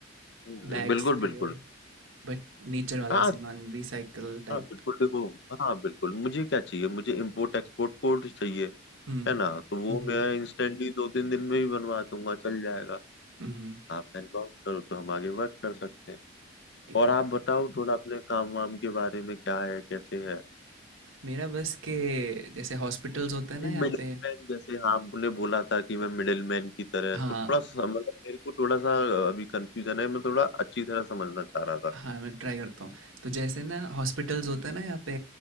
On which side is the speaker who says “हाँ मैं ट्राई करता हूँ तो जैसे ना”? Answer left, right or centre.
Right